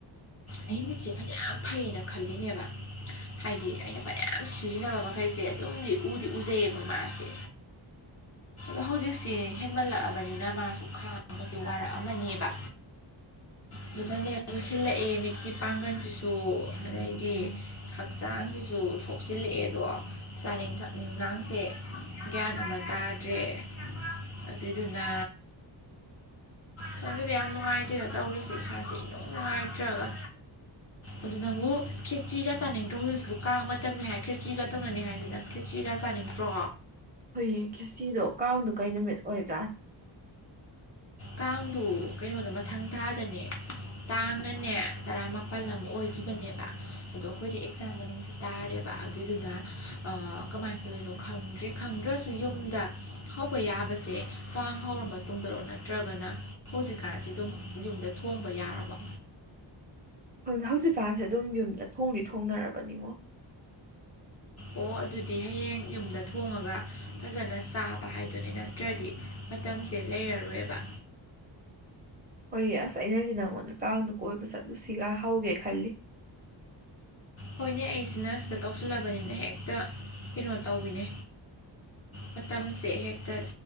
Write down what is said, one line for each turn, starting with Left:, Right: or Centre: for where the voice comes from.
Left: ꯑꯩ ꯃꯆꯦ ꯐꯅ ꯌꯥꯝ ꯐꯩꯌꯦꯅ ꯈꯜꯂꯤꯂꯤꯦꯅꯤ ꯍꯥꯏꯕ ꯍꯥꯏꯗꯤ ꯑꯩꯅ ꯐꯅꯌꯥꯝ ꯁꯤꯖꯤꯟꯅꯕ ꯃꯈꯩꯁꯦ ꯑꯗꯨꯝꯗꯤ ꯎꯗꯤ ꯎꯖꯩꯌꯦ ꯑꯗꯨꯒ ꯃꯥꯁꯦ ꯑ ꯍꯧꯖꯤꯛꯁꯤ ꯍꯦꯟꯃꯜꯂꯛꯑꯕꯅꯤꯅ ꯃꯥꯁꯨ ꯈꯥꯡꯕꯁꯦ ꯋꯥꯔꯛꯑꯃꯅꯦꯕ ꯑꯗꯨꯅꯅꯦ ꯂꯣꯏꯁꯤꯜꯂꯛꯑꯦ ꯃꯤꯠꯀꯤ ꯄꯥꯡꯒꯜꯁꯤꯁꯨ ꯑꯗꯩꯗꯤ ꯍꯛꯆꯥꯡꯁꯤꯁꯨ ꯁꯣꯛꯆꯤꯜꯂꯛꯑꯦꯗꯣ ꯆꯥꯅꯤꯡ ꯊꯛꯅꯤꯡꯒꯁꯦ ꯒ꯭ꯌꯥꯟ ꯑꯃ ꯇꯥꯗ꯭ꯔꯦ ꯑꯗꯨꯏꯗꯨꯅ ꯁꯪ ꯑꯗꯨꯗꯤ ꯌꯥꯝ ꯅꯨꯡꯉꯥꯏꯇꯦ ꯇꯧꯔꯤꯁꯦ ꯏꯁꯥꯁꯦꯅꯨꯡ ꯅꯨꯡꯉꯥꯏꯇ꯭ꯔꯒ ꯑꯗꯨ ꯅꯪꯕꯨ ꯈꯦꯆꯤꯒ ꯆꯥꯅꯤꯡꯗ꯭ꯔꯣ ꯍꯧꯖꯤꯛꯁꯤꯕꯨ ꯀꯥꯡ ꯃꯇꯝꯅꯤ ꯍꯥꯏ ꯈꯦꯆꯤꯒ ꯇꯧꯅꯅꯤ ꯍꯥꯏꯁꯤꯦ ꯅꯪ ꯈꯦꯆꯤꯒ ꯆꯥꯅꯤꯡꯗ꯭ꯔꯣ
Right: ꯍꯨꯌꯦ ꯈꯦꯁꯤꯗꯣ ꯀꯥꯡꯗꯨꯣ ꯀꯩ ꯅꯨꯃꯤꯠ ꯑꯣꯏꯖꯥꯠ
Left: ꯀꯥꯡꯗꯨ ꯀꯩꯅꯣꯗꯣ ꯃꯊꯪ ꯊꯥꯗꯅꯦ ꯀꯥꯡꯥꯡꯅꯅꯦ ꯇꯔꯥ ꯃꯥꯄꯜ ꯑꯃ ꯑꯣꯏꯈꯤꯕꯅꯦꯕ ꯑꯗꯣ ꯑꯩꯈꯣꯏꯗꯤ ꯑꯦꯛꯖꯥꯝ ꯃꯅꯨꯡꯁꯦ ꯇꯥꯔꯦꯕ ꯑꯗꯨꯏꯗꯨꯅ ꯀꯃꯥꯏꯅ ꯇꯧꯗꯣꯏꯅꯣ ꯈꯪꯗ꯭ꯔꯤ ꯈꯪꯗ꯭ꯔꯁꯨ ꯌꯨꯝꯗ ꯍꯧꯕ ꯌꯥꯕꯁꯦ ꯀꯥꯡ ꯍꯧꯔ ꯃꯇꯨꯡꯗꯔꯣꯅ ꯅꯠꯇ꯭ꯔꯒꯅ ꯍꯧꯖꯤꯛꯀꯥꯟꯁꯤ ꯑꯗꯨꯝ ꯌꯨꯝꯗ ꯊꯣꯡꯕ ꯌꯥꯔꯕ
Right: ꯪ ꯍꯧꯖꯤꯛꯀꯥꯟꯁꯦ ꯑꯗꯨꯝ ꯌꯨꯝꯗ ꯊꯣꯡꯗꯤ ꯊꯣꯡꯅꯔꯕꯅꯤꯉꯣ
Left: ꯑꯣ ꯑꯗꯨꯗꯤ ꯍꯌꯦꯡ ꯌꯨꯝꯗ ꯊꯣꯡꯉꯒ ꯐꯖꯅ ꯆꯥꯕ ꯍꯥꯏꯗꯨꯅꯤ ꯅꯠꯇ꯭ꯔꯗꯤ ꯃꯇꯝꯁꯦ ꯂꯩꯔꯔꯣꯏꯕ
Right: ꯍꯣꯏꯌꯦ ꯑꯁ ꯑꯩꯅꯗꯤ ꯅꯪꯉꯣꯟꯗ ꯀꯥꯡꯗ ꯀꯣꯏꯕ ꯆꯠꯂꯨꯁꯤꯒ ꯍꯧꯒꯦ ꯈꯜꯂꯤ
Left: ꯍꯣꯏꯅꯦ ꯑꯩꯁꯤꯅ ꯁꯤꯗ ꯇꯧꯁꯤꯜꯂꯕꯅꯤꯅ ꯍꯦꯛꯇ ꯀꯩꯅꯣ ꯇꯧꯋꯤꯅꯦ ꯃꯇꯝꯁꯦ ꯍꯦꯛꯇ